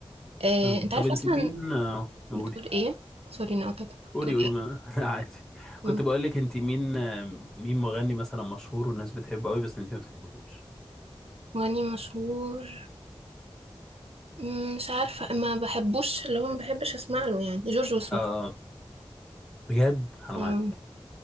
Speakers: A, on the right; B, in the centre.
A: آه،
B: فاهم.
A: انت عارف
B: طب انت
A: اصلا
B: مين آه، قولي
A: بتقول ايه سوري اني قطعتك
B: قولي
A: بتقول
B: قولي ما <laughs> لا عادي كنت
A: ايه
B: بقول لك انت مين آه، مين مغني مثلا مشهور والناس بتحبه قوي بس انت ما بتحبهوش
A: واني مشهور مم، مش عارفة ما بحبوش اللي هو ما بحبش اسمع له يعني جورج وسوف
B: اه آه. بجد حرام
A: مم.
B: عليك